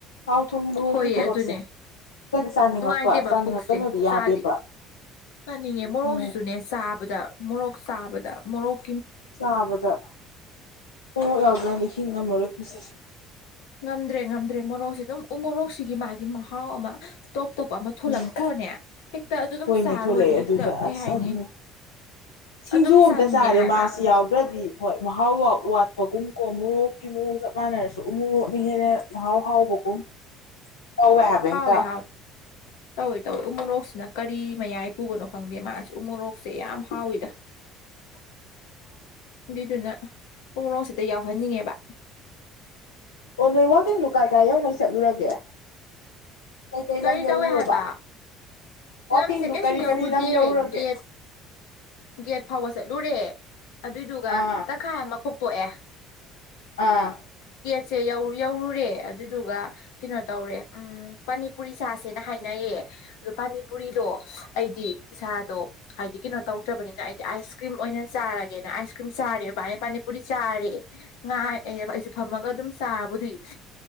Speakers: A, on the left (about 85°); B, on the left (about 70°).
A: ꯊꯥꯎ ꯊꯨꯝ ꯃꯣꯔꯣꯛꯀꯤ
B: ꯍꯣꯏꯌꯦ
A: ꯊꯕꯛꯁꯦ
B: ꯑꯗꯨꯅꯦ
A: ꯔꯗꯤ ꯆꯥꯅꯤꯡꯉꯛꯄ
B: ꯅꯨꯡꯉꯥꯏꯇꯦꯕ
A: ꯆꯥꯅꯤꯡꯉꯛꯀꯅꯣꯗꯤ
B: ꯄꯨꯛꯁꯦ
A: ꯌꯥꯗꯦꯕ
B: ꯆꯥꯗꯤ ꯆꯥꯅꯤꯡꯉꯦ ꯃꯣꯔꯣꯛꯁꯤꯁꯨꯅꯦ
A: ꯎꯝ
B: ꯆꯥꯕꯗ ꯃꯣꯔꯣꯛ ꯆꯥꯕꯗ ꯃꯣꯔꯣꯛ
A: ꯆꯥꯕꯗ ꯃꯣꯔꯣꯛ ꯌꯥꯎꯗ꯭ꯔꯗꯤ ꯍꯤꯡ ꯉꯝꯃꯔꯣꯏ ꯄꯨꯁꯤꯁꯦ
B: ꯉꯝꯗ꯭ꯔꯦ ꯉꯝꯗ꯭ꯔꯦ ꯃꯣꯔꯣꯛꯁꯦ ꯗꯨꯝ ꯎ ꯃꯣꯔꯣꯛꯁꯤꯒꯤ ꯃꯥꯒꯤ ꯃꯍꯥꯎ ꯑꯃ ꯇꯣꯞ ꯇꯣꯞꯄ ꯑꯃ ꯊꯣꯛꯂꯛꯇ꯭ꯔꯣꯅꯦ
A: ꯎꯝ
B: ꯍꯦꯛꯇ ꯑꯗꯨ ꯗꯨꯝ
A: ꯍꯣꯏꯅꯦ
B: ꯆꯥꯔꯨꯔꯗꯤ
A: ꯊꯣꯛꯂꯛꯑꯦ ꯑꯗꯨꯗ
B: ꯍꯦꯛꯇ ꯀꯩ
A: ꯑꯁ
B: ꯍꯥꯏꯅꯤ
A: ꯑꯗꯨꯅꯦ ꯁꯤꯡꯖꯨ
B: ꯑꯗꯨꯝ
A: ꯑꯝꯇ
B: ꯆꯥꯅꯤꯡꯉꯦ
A: ꯆꯥꯔꯦ
B: ꯍꯥꯏꯕ
A: ꯃꯥꯁꯤ ꯌꯥꯎꯗ꯭ꯔꯗꯤ ꯍꯣꯏ ꯃꯍꯥꯎ ꯋꯥꯎ ꯋꯥ ꯄꯒꯨꯝ ꯀꯣ ꯃꯣꯔꯣꯛꯀꯤ ꯃꯣꯔꯣꯛ ꯆꯞ ꯃꯥꯟꯅꯔꯁꯨ ꯎ ꯃꯣꯔꯣꯛꯅ ꯍꯦꯟꯅ ꯃꯍꯥꯎ ꯍꯥꯎꯕꯒꯨꯝ ꯇꯧꯋꯦ ꯍꯥꯏꯕ
B: ꯍꯥꯎꯋꯦ
A: ꯍꯦꯛꯇ
B: ꯍꯥꯎꯋꯦ ꯇꯧꯋꯦ ꯇꯧꯋꯦ ꯎ ꯃꯣꯔꯣꯛꯁꯤꯅ ꯀꯔꯤ ꯃꯌꯥꯏ ꯄꯨꯕꯅꯣ ꯈꯪꯗꯦ ꯃꯥꯁꯨ ꯎꯃꯣꯔꯣꯛꯁꯦ ꯌꯥꯝ ꯍꯥꯎꯋꯤꯗ
A: <inaudible>
B: ꯗꯨꯏꯗꯨꯅ ꯎꯃꯣꯔꯣꯛ ꯁꯤꯗ ꯌꯥꯎꯍꯟꯅꯤꯡꯉꯦꯕ
A: ꯑꯣ ꯅꯣꯏ ꯋꯥꯛꯀꯤꯡꯗꯨ ꯀꯥꯏ ꯀꯥꯏ ꯌꯧꯉꯩ ꯆꯠꯂꯨꯔꯒꯦ ꯀꯩꯀꯩ
B: ꯀꯔꯤ
A: ꯂꯝ ꯌꯧꯔꯨꯔꯕ
B: ꯇꯧꯋꯦ ꯍꯥꯏꯕ
A: ꯋꯥꯀꯤꯡꯗꯨ
B: ꯂꯝꯁꯦ ꯀꯩꯁꯨ
A: ꯀꯔꯤ
B: ꯌꯧꯔꯨꯗꯦ
A: ꯀꯔꯤ ꯂꯝ ꯌꯧꯔꯨꯔꯒꯦ
B: ꯒꯦꯠ ꯒꯦꯠ ꯐꯥꯎꯕ ꯆꯠꯂꯨꯔꯦ ꯑꯗꯨꯏꯗꯨꯒ
A: ꯑꯥ
B: ꯇꯪꯈꯥꯏ ꯑꯃ ꯈꯣꯛꯇꯣꯛꯑꯦ
A: ꯑꯥ
B: ꯁꯦ ꯌꯧ ꯌꯧꯔꯨꯔꯦ ꯑꯗꯨꯗꯨꯒ ꯀꯩꯅꯣ ꯇꯧꯔꯦ ꯑꯝ ꯄꯥꯅꯤ ꯄꯨꯔꯤ ꯆꯥꯁꯦꯅ ꯍꯥꯏꯅꯩꯌꯦ ꯗ ꯄꯥꯅꯤ ꯄꯨꯔꯤꯗꯣ ꯑꯩꯗꯤ ꯏꯁꯥꯗꯣ ꯍꯥꯏꯗꯤ ꯀꯩꯅꯣ ꯇꯧꯗ꯭ꯔꯕꯅꯤꯅ ꯑꯩꯗꯤ ꯑꯥꯏꯁ ꯀ꯭ꯔꯤꯝ ꯑꯣꯏꯅ ꯆꯥꯔꯒꯦꯅ ꯑꯥꯏꯁ ꯀ꯭ꯔꯤꯝ ꯆꯥꯔꯦꯕ <unintelligible> ꯄꯨꯔꯤ ꯆꯥꯔꯦ ꯉꯥꯏꯑꯦꯕ ꯑꯩꯁꯨ ꯐꯝꯃꯒ ꯑꯗꯨꯝ ꯆꯥꯕꯨꯗꯤ